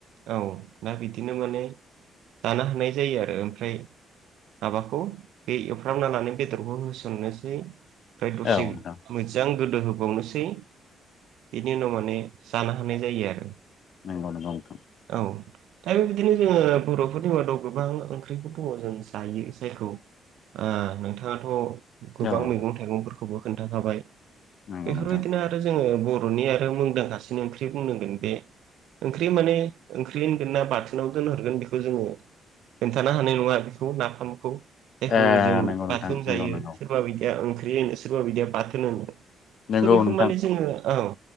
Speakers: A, on the right; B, on the left.
A: औ दा बिदिनो माने जानो हानाय जायो आरो ओमफ्राय। माबाखौ बे एव ना लाना बेदरखौ होसननोसै ओमफ्राय दसे
B: औ नोंथां
A: मोजां गोदो होबावनोसै बिनि उनाव माने जानो हानाय जायो आरो।
B: नंगौ नंगौ नोंथां।
A: औ दा बेबायदिनो जोङो बरफोरनि मादाव गोबां ओंख्रिफोर दङ जों जायो जायखौ ओ नोंथाङा थ गोबां
B: औ नोंथां
A: मैगं थाइगंफोरखौबो खोन्थाखाबाय
B: नंगौ
A: बेफोरबायदिनो
B: नोंथां
A: आरो जोङो बरनि आरो मुंदांखासिन ओंख्रि बुंनांगोन बे ओंख्रि माने ओंख्रि होनगोन ना बाथोनाव दोनहरगोन बेखौ जोङो खोन्थानो हानाय नङा बेखौ नाफामखौ। <unintelligible>
B: ए
A: जों
B: नंगौ
A: बाथोन
B: नोंथां नंगौ
A: जायो
B: नंगौ
A: सोरबा बायदिया ओं ख्रि होनो सोरबा बिदिया बाथोन होनो
B: नंगौ
A: स बेखौ
B: नोंथां
A: माने जोङो औ